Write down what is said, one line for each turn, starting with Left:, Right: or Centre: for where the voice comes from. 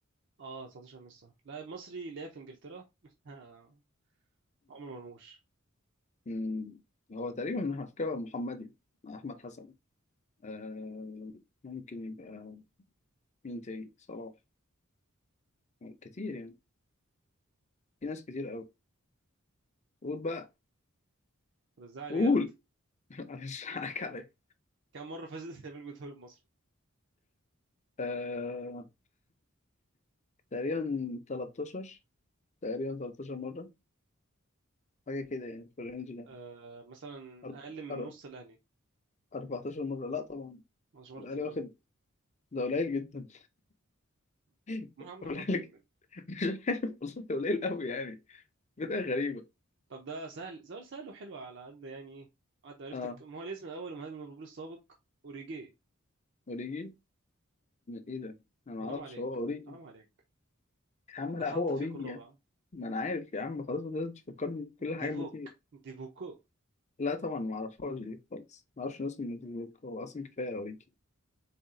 Right: اه 19 مش صح لاعب مصري لعب في انجلترا <laughs> عمر مرموش
Left: مم. هو تقريبا على فكرة محمدي مع أحمد حسن آه ممكن يبقى مين تاني صلاح كتير يعني في ناس كتير أوي قول بقى
Right: طب ازاي عليه
Left: قول
Right: يلا انت
Left: <laughs> أنا مش هضحك عليك
Right: كم مره فاز <laughs> الزمالك بالدوري المصري
Left: آه <laughs> تقريبا 13 تقريبا 13 مرة حاجة كده يعني في الرينج ده
Right: آه مثلا
Left: أرب-
Right: اقل من
Left: أر-
Right: نص الاهلي
Left: 14 مرة لا طبعا
Right: 19 مره
Left: الأهلي
Right: كتير
Left: واخد
Right: قوي
Left: ده قليل جدا <laughs>
Right: ما عم نحور
Left: قليل
Right: ليه
Left: جدا
Right: بجد
Left: مش عارف والله قليل أوي يعني بداية غريبة
Right: طب ده سهل سؤال سهل وحلو على قد يعني ايه قد معرفتك
Left: اه
Right: ما هو الاسم الاول مهاجم ليفربول السابق اوريجي
Left: أوريجي إيه ده؟ أنا معرفش
Right: حرام عليك
Left: هو أوريجي
Right: حرام عليك
Left: يا عم
Right: ده
Left: لا
Right: حط
Left: هو اوريجي
Right: فيكو الرابع
Left: يعني ما انا عارف يا عم خلاص ما تقدرش تفكرني بكل حاجه
Right: ديفوك
Left: ما تيجي
Right: ديفوكو
Left: لا طبعا ما اعرفهاش دي خالص ما اعرفش ناس من نوتيفوك هو اصلا كفايه اوريجي